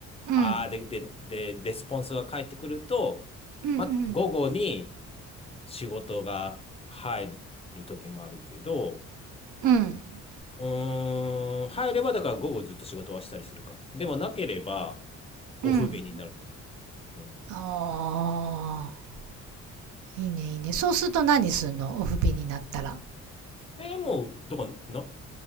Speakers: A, on the right; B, on the left.
A: うん。
B: ああ、で、で、で、レスポンスが返ってくると、
A: うん。うん。
B: ま、午後に仕事が入る時もあるけど、
A: うん。
B: うーん、入ればだから午後ずっと仕事はしたりするか。でもなければ、オフ便になるって感じか。
A: うん
B: うん。
A: ああ。いいね、いいね。そうすると何すんのオフピンになったら。
B: えー、もう、だから、な、